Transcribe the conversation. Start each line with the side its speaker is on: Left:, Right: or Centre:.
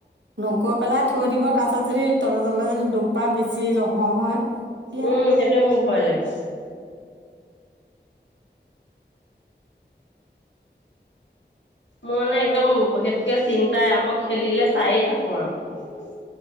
Right: নকৈ পেলাই থৈ দিব তাৰ পিছত যদি তল তলে যদি দু পাই বেছি জখম হয়। তেতিয়া
Left: উম সেইটে মোৰ ভয় লাগে। মোৰ মানে একদম সেইটোকে চিন্তাই আৰু মই খেলিলে চায়ে থাকো আৰু